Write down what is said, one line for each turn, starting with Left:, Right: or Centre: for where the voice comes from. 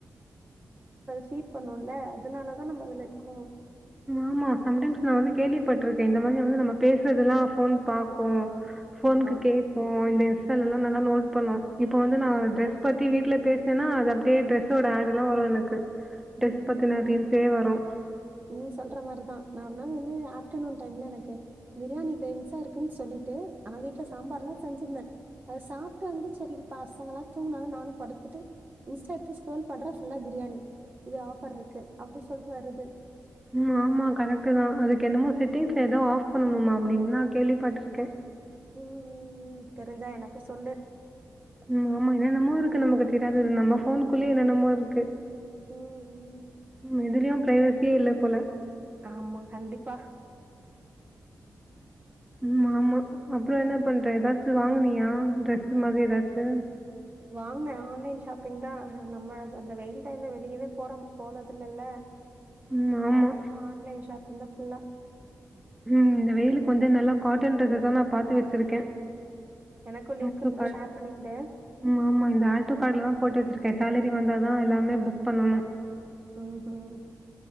Right: சீட் பண்ணும்ல அதனால தான் நம்ம அதுல இருக்கும்
Centre: ஆமா சம்டைம்ஸ் நான் வந்து கேள்விப்பட்டிருக்கேன் இந்த மாதிரி வந்து நம்ம பேசுறதல்லாம் போன் பாக்கும் போனுக்கு
Right: ஆ.
Centre: கேக்கும் இந்த இன்ஸ்டல்லாம் நல்லா நோட் பணம் இப்ப வந்து நான்
Right: கரெக்ட்டு
Centre: டிரெஸ்
Right: தான்.
Centre: பத்தி வீட்டுல பேசினேன்னா அது அப் ஏ டிரெஸ்ஸோட ஆடர்யெல்லாம் வரும் எனக்கு டிரெஸ்
Right: ம்.
Centre: பத்தின
Right: ம்.
Centre: ரீல்ஸே வரும்
Right: நீ சொல்ற மாதிரிதான் நானும் வந்து ஆஃப்டர்நூன் டைம்ல எனக்கு பிரியாணி தோனிட்டு இருக்குன்னு சொல்லிட்டு ஆனா வீட்டுல சாம்பார் தான் செஞ்சிருந்தேன் அதை சாப்பிட்டு வந்து சரிப்ப பசங்கயெல்லாம் தூங்கினாங்க நானும் படுத்துட்டு இன்ஸ்டா எடுத்து ஸ்க்ரோல் பண்றேன் ஃபுல்லா பிரியாணி இது ஆஃபர் இருக்கு அப்படி சொல்லிட்டு வருது
Centre: உம் ஆமா கரெக்ட்டு தான் அதுக்கு என்னமோ செட்டிங்ஸ்ல ஏதோ ஆஃப் பண்ணணுமா அப்படின்னு நான் கேள்விப்பட்டிருக்கேன்
Right: உம் உம் உம் தெரிஞ்சா எனக்கும் சொல்லு
Centre: ம் ஆமாங்க நம்மோ ஊருக்குள்ள இருக்குறது நமக்கு தெரியாது நம்ம போனுக்குள்ளயே என்னன்னம்மோ இருக்கு
Right: ம், ம்.
Centre: ம் எதுலயும் பிரைவசியே
Right: ஓகே.
Centre: இல்லை போல
Right: ஆமா, கண்டிப்பா.
Centre: உம்
Right: ம்.
Centre: ஆமா அப்புறம் என்ன பண்ற ஏதாச்சு வாங்கினியா ட்ரெஸ்ஸு மாதிரி ஏதாச்சும்
Right: வாங்கினேன் ஆன்லைன் ஷாப்பிங் தான் நம்ம இந்த வெயில் டைம்ல வெளியவே போறோம் போனதில்லைல
Centre: ம். ஆமா.
Right: அதனால்லா ஆன்லைன் ஷாப்பிங் இல்ல போலாம்
Centre: உம் இந்த வெயிலுக்கு வந்து நல்லா காட்டன் ட்ரெஸ் தான் நான் பாத்து வச்சிருக்கேன்
Right: எனக்கும் லிங்க்
Centre: ஆர்டோ
Right: இருந்தா
Centre: கார்டு
Right: ஷேர் பண்ணி விடு.
Centre: உம் ஆமா இந்த ஆர்டோ கார்டுலதான் போட்டு வச்சிருக்கேன் சேலரி வந்தாதான் எல்லாமே புக் பண்ணணும்
Right: உம் உம்